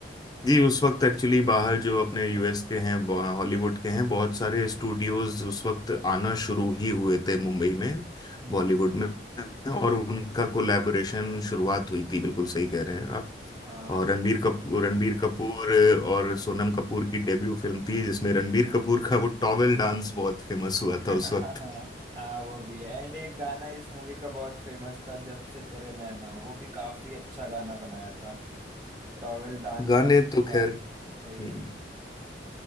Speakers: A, on the left; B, on the right.
A: जी उस वक्त एक्चुअली बाहर जो अपने यूएस के हैं ब- हॉलीवुड के हैं बहुत सारे स्टूडियोज उस वक्त आना शुरू ही हुए थे मुंबई में
B: हम्म
A: बॉलीवुड में और उनका कोलैबोरेशन शुरुआत हुई थी बिल्कुल सही कह रहे हैं आप
B: हाँ
A: और
B: भाई
A: रणबीर कपूर रणबीर कपूर और सोनम कपूर की डेब्यू फिल्म थी जिसमें रणबीर कपूर का वो टॉवेल डांस बहुत फेमस हुआ
B: <laughs>
A: था उस वक्त
B: हाँ वो भी है एंड एक गाना इस मूवी का बहुत फेमस था जब से तेरे नैना वो भी काफी अच्छा गाना बनाया था टॉवेल डांस
A: गाने
B: वाला
A: तो खैर
B: था
A: हम्म,
B: भाई